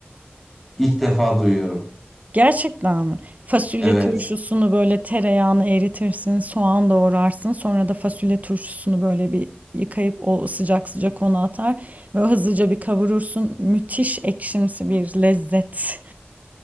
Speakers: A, in the centre; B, on the right.
A: İlk defa duyuyorum.
B: Gerçekten mi? Fasulye
A: Evet.
B: turşusunu böyle tereyağını eritirsin, soğan doğrarsın. Sonra da fasulye turşusunu böyle bir yıkayıp o sıcak sıcak ona atar ve hızlıca bir kavurursun. Müthiş ekşimsi bir lezzet.